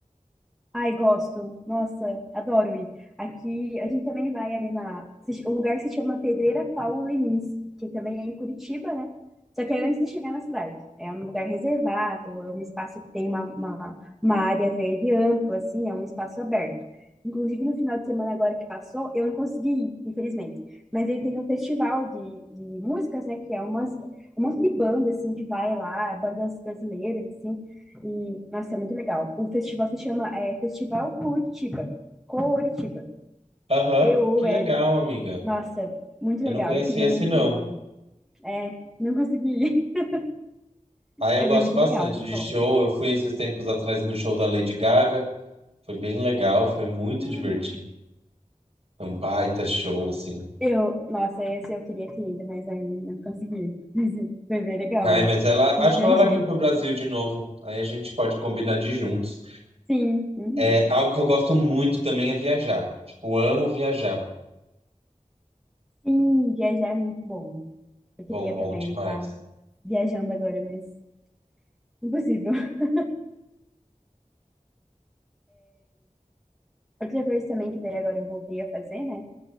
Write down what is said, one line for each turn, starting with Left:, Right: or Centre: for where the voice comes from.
Centre: Ai, gosto. Nossa, adoro ir. Aqui, a gente também vai ali na... se- O lugar se chama Pedreira Paulo Lemins, que também é em Curitiba, né? Só que é antes de chegar na cidade. É um lugar reservado, é um espaço que tem uma, uma, uma área verde ampla, assim, é um espaço aberto. Inclusive, no final de semana agora que passou, eu não consegui ir, infelizmente. Mas ele tem um festival de, de músicas, né? Que é umas, um monte de banda, assim, que vai lá, bandas brasileiras, assim. E, nossa, é muito legal. O festival se chama é, Festival Curitiba. Curitiba.
Right: Aham,
Centre: C-O-L.
Right: que legal, amiga.
Centre: Nossa, muito
Right: Eu
Centre: legal.
Right: não conhecia
Centre: Eu queria
Right: esse,
Centre: muito
Right: não.
Centre: ter ido. É, não consegui ir. <laughs>
Right: Ah, eu
Centre: Mas
Right: gosto
Centre: é muito
Right: bastante
Centre: legal, muito
Right: de
Centre: bom.
Right: show. Eu fui esses tempos atrás no show da Lady Gaga. Foi bem legal, foi muito
Centre: Hum.
Right: divertido. Foi Um baita show, assim.
Centre: Eu, nossa, esse eu queria ter ido, mas aí não consegui. <laughs> Mas foi bem legal
Right: Ai,
Centre: mas
Right: mas ela,
Centre: Muita
Right: acho que ela vai
Centre: gente.
Right: vir pro Brasil de novo. Aí a gente pode combinar de ir juntos.
Centre: Sim, uhum.
Right: É, algo que eu gosto muito também é viajar. Tipo, amo viajar.
Centre: Sim, viajar é muito bom. Eu queria
Right: Bom, bom
Centre: também
Right: demais.
Centre: estar viajando agora, mas impossível. <laughs> Outra coisa também que daí agora eu voltei a fazer, né?